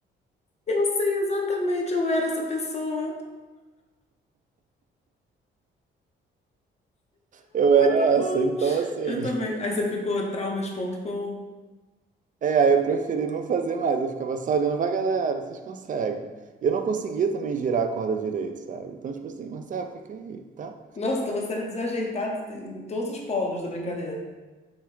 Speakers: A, on the left (about 35°); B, on the right (about 40°).
A: Eu sei exatamente, eu era essa pessoa.
B: eu era
A: Tá
B: essa,
A: Bom,
B: então assim.
A: eu também. Aí você ficou traumas.com.
B: É, aí eu preferi não fazer mais. Eu ficava só olhando, vai, galera, vocês conseguem. E Eu não conseguia também girar a corda direito, sabe? Então, tipo assim, Marcelo, fica aí, tá?
A: Nossa, então você era desajeitado em todos os polos da brincadeira.